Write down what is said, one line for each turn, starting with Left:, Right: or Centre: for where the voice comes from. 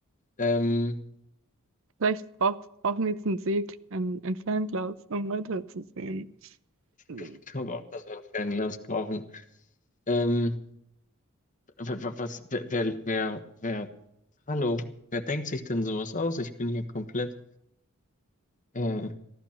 Left: Ähm,
Right: vielleicht brauch, brauchen wir jetzt einen Segel, ein, ein Fernglas, um weiterzusehen. <laughs>
Left: ich glaube auch, dass wir ein Fernglas brauchen. Ähm, wa- wa- was, wer, wer, wer, wer, hallo, wer denkt sich denn sowas aus? Ich bin hier komplett, äh,